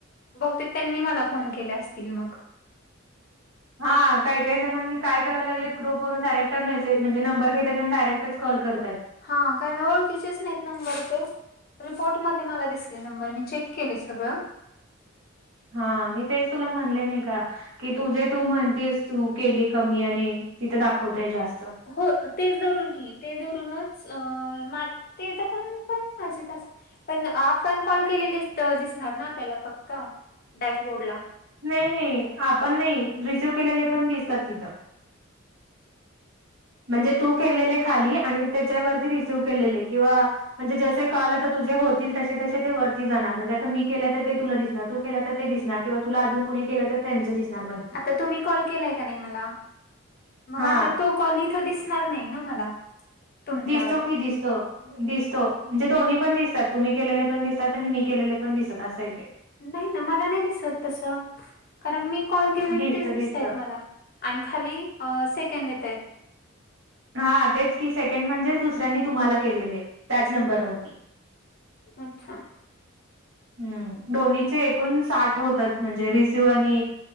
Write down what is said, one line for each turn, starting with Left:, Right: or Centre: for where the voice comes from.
Left: बहुतेक त्यांनी मला फोन केले असतील मग.
Right: हा काही- काही जणांनी काय करायला लागलेत, ग्रुपवरून डायरेक्ट मेसेज म्हणजे नंबर घेतात. त्यां आणि डायरेक्टच कॉल करतात.
Left: हा कारण ओळखीचेच नाहीत नंबर ते रिपोर्टमध्ये मला दिसले नंबर, मी चेक केले सगळं.
Right: हा, मी तेच तुला म्हणले नाही का? की तुझे तू म्हणतेस तू केलीय कमी, आणि तिथं दाखवताय जास्त.
Left: हो तेच धरून की, ते धरूनच मा ते तरून <unintelligible> पण माजेत अस पण आपण कॉल केलेली दिसणार ना त्याला फक्त, डॅशबोर्डला.
Right: नाही- नाही आपण नाही, रिसिव्ह केलेले पण दिसतात तिथं. म्हणजे तू केलेले खाली आणि त्याच्यावरती रिसिव केलेले किंवा म्हणजे जसे कॉल आता तुझे होतील तसे तसे ते वरती जाणार, म्हणजे आता मी केलं तर ते तुला दिसणार, तू केला तर ते दिसणार किंवा तुला अजून कुणी केलं तर त्यांचं दिसणार वर
Left: आता तुम्ही कॉल केलाय का नाही मला, मग
Right: हा
Left: आता तो कॉल इथं दिसणार नाही ना मला. तुमचावाला
Right: दिसतो की, दिसतो. दिसतो, म्हणजे दो्ही पण दिसतात, तुम्ही केलेले पण दिसतात, आणि मी केलेले पण दिसत असं आहे ते.
Left: नाही ना मला नाही दिसत तसं, कारण मी कॉल केले
Right: दिसत
Left: तेच
Right: दिसत
Left: दिसतायेत मला. आणि खाली सेकंद येतायेत.
Right: हा तेच की, सेकंड म्हणजेच दुसऱ्यांनी तुम्हाला केलेले त्याच नंबरवररती.
Left: अच्छा!
Right: हम्, दोन्हीचे एकूण साठ होतात, म्हणजे रिस्यू आणि